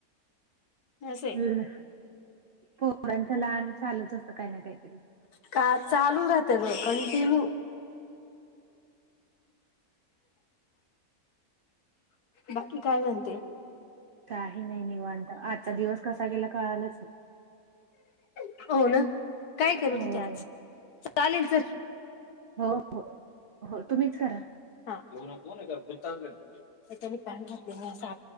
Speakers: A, on the left (about 85°); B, on the right (about 60°).
A: असंय
B: हम्म पोरांचं लहान चालूच असतं काही ना काहीतरी
A: का चालू राहत ग कंटिन्यू बाकी काय म्हणते
B: काही नाही निवांत आजचा दिवस कसा गेला कळालाच नाही
A: हो ना काय करत
B: हो
A: होती आज चालेनच
B: हो हो हो तुम्हीच करा
A: हा तेल घातलं ना जरा तर ते चांगली निघतं तर त्यानी पाणी घातलं ना असा